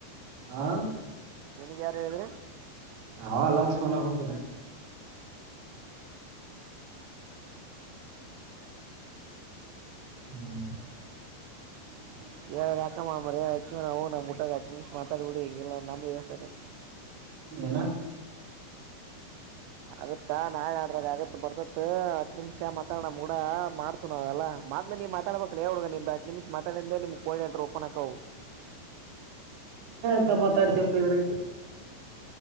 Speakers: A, on the right; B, on the right.
A: ಹ
B: ನಿನ್ಗ ಯಾರು ಹೇಳಿದ್ರಿ
A: ಹ ಲಕ್ಷ್ಮಣಗ ಹ್ಮ್
B: ಯಾಕಚ್ಚವು ನ ಮುಊಟಾಗ ನಿಮ ಮಾತಾಡ್ಬಿಡಿಲ್ಲ ನಮ್ದು ಎಷ್ಟ ಆರಿ
A: ನಾ
B: ಆಗತ್ತಾ ನಾ ಆಡ್ರಾಗ ಆಗತ್ ಬರ್ದತ್ ಹತ್ ನಿಮಿಷ ಮಾತಾಡಣ ಮೂಡ ಮಾಡ್ತು ನಾವ ಎಲ್ಲ ನೀವು ಮಾತಾಬೇಕಲ ಹುಗ ನಿ ನಿಮ್ ಮಾತಾಡೆ ನಿಮ ಕೋಳಟ ರಓಪಣಕ್ಕ
A: ಎಂತ ಮಾತಾಡ್ತಪ್ಪ ಇದ್ರ